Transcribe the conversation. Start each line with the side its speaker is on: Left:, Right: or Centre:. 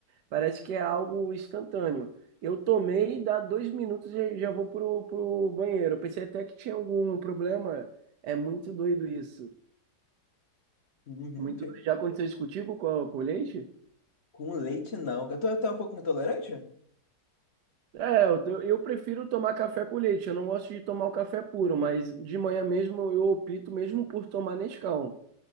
Right: parece que é algo instantâneo. Eu tomei, dá dois minutos e já vou pro, pro banheiro. Eu pensei até que tinha algum problema. É muito doido isso.
Left: Uhum,
Right: Muito...
Left: sim.
Right: doido. Já aconteceu isso contigo com, com o leite?
Left: Com leite não. Eu tô, tô um pouco intolerante?
Right: É, eu, te- eu prefiro tomar café com leite. Eu não gosto de tomar o café puro, mas de manhã mesmo eu opto mesmo por tomar Nescau.